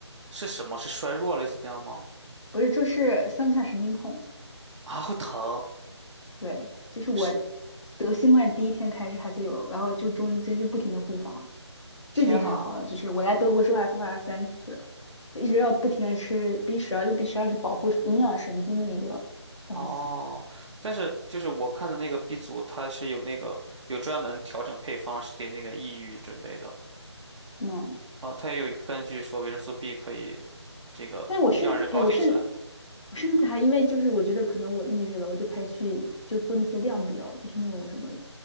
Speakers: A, on the right; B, on the left.
A: 是什么？是衰弱类似这样吗？
B: 不是就是三叉神经痛。
A: 啊，会疼，
B: 对，就是我
A: 是，
B: 得新冠第一天开始它就有，然后就中间就不停的复发，
A: 天呐，
B: 最近还好了，就是我来德国之后还复发了三次，就一直要不停的吃 B 十二，因为 B 十二是保护营养神经的一个东西，
A: 哦，但是就是我看的那个 B 组，它是有那个有专门调整配方是给那个抑郁准备的，
B: 嗯，
A: 哦，它也有根据说维生素 B 可以这个让人高兴起来。
B: 但我是，哎，我是，我甚至还因为就是我觉得可能我抑郁了，我就开始去就做那些量表，就是那种什么，